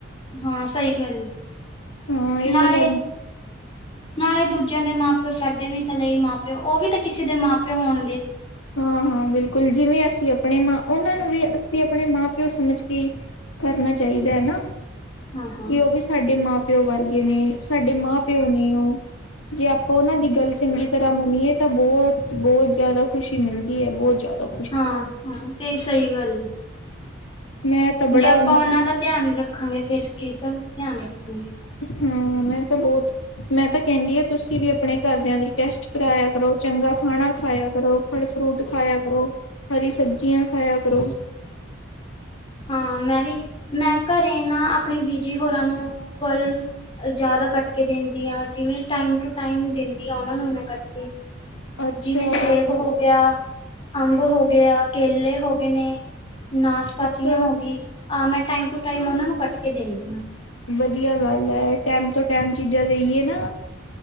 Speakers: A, on the left (about 25°); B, on the left (about 85°).
A: ਹਾਂ, ਸਹੀ ਗੱਲ ਏ
B: ਹਾਂ, ਏਹ
A: ਨਾਲੇ
B: ਤਾਂ ਗੱਲ
A: ਨਾਲੇ ਦੂਜਿਆਂ ਦੇ ਮਾਂ-ਪਿਓ ਸਾਡੇ ਵੀ ਤਾਂ ਲਈ ਮਾਂ-ਪਿਓ ਓ ਵੀ ਤਾਂ ਕਿਸੇ ਦੇ ਮਾਂ-ਪਿਓ ਹੋਣਗੇ।
B: ਹਾਂ ਹਾਂ, ਬਿਲਕੁਲ ਜਿਵੇਂ ਅਸੀਂ ਅਪਣੇ ਮਾਂ ਓਨਾਂ ਨੂੰ ਵੀ ਅਸੀਂ ਅਪਣੇ ਮਾਂ-ਪਿਓ ਸਮਝ ਕੇ ਕਰਨਾ ਚਾਹੀਦਾ ਹੈਨਾ।
A: ਹਾਂ ਹਾਂ
B: ਬੀ ਓਹ ਵੀ ਸਾਡੇ ਮਾਂ ਪਿਓ ਵਰਗੇ ਨੇ ਸਾਡੇ ਮਾਂ-ਪਿਓ ਨੇ ਓ। ਜੇ ਆਪਾਂ ਓਨਾਂ ਦੀ ਗੱਲ ਚੰਗੀ ਤਰ੍ਹਾਂ ਮੰਨੀਏ ਤਾਂ ਬੌਤ ਬੌਤ ਜੈਦਾ ਖੁਸ਼ੀ ਮਿਲਦੀ ਏ, ਬੌਤ ਜੈਦਾ।
A: ਹਾਂ ਹਾਂ, ਤੇ ਸਹੀ ਗੱਲ ਏ।
B: ਮੈਂ ਤਾਂ ਬੜਾ
A: ਜੇ ਅਪਾਂ
B: ਮਤ
A: ਓਨਾਂ ਦਾ ਧਿਆਨ ਨੀ ਰੱਖਾਂਗੇ, ਫੇਰ ਕਿੱਦਾਂ ਧਿਆਨ ਰੱਖਾਂਗੇ।
B: ਹਾਂ, ਮੈਂਨ ਤਾਂ ਬੌਤ ਮੈਂ ਤਾਂ ਕੈੰਦੀ ਆ ਤੁਸੀਂ ਵੀ ਅਪਣੇ ਘਰਦਿਆਂ ਦੇ ਟੈਸਟ ਕਰਾਇਆ ਕਰੋ, ਚੰਗਾ ਖਾਣਾ ਖਾਇਆ ਕਰੋ, ਫਲ-ਫਰੂਟ ਖਾਇਆ ਕਰੋ, ਹਰੀ ਸਬਜ਼ੀਆਂ ਖਾਇਆ ਕਰੋ।
A: ਹਾਂ ਮੈਂ ਵੀ, ਮੈਂ ਘਰੇ ਨਾ ਆਪਣੀ ਬੀਜੀ ਹੋਰਾਂ ਨੂੰ ਫਲ ਅ ਜਾਦਾ ਕੱਟ ਕੇ ਦੇੰਦੀ ਆ ਜਿਵੇਂ ਟਾਈਮ ਟੂ ਟਾਈਮ ਦਿੰਦੀ ਆ, ਉਹਨਾਂ ਨੂੰ ਮੈਂ ਕੱਟ ਕੇ
B: ਅੱਛਾ
A: ਜਿਵੇਂ ਸੇਬ ਹੋ ਗਿਆ। ਅੰਬ ਹੋਗਿਆ ਕੇਲੇ ਹੋ ਗਏ ਨੇ, ਨਰ ਚਪਾਤੀਆਂ
B: ਅੱਛਾ
A: ਹੋ ਗਈ, ਆਹ ਮੈਂ ਟਾਈਮ ਟੂ ਟਾਈਮ ਉਹਨਾ ਨੂੰ ਕੱਟ ਕੇ ਦਿੰਦੀ ਹਾਂ।
B: ਵਧੀਆ ਗੱਲ ਹੈ, ਟੈਮ ਤੋਂ ਟੈਮ ਚੀਜ਼ਾਂ ਦੇਈਏ ਨਾ।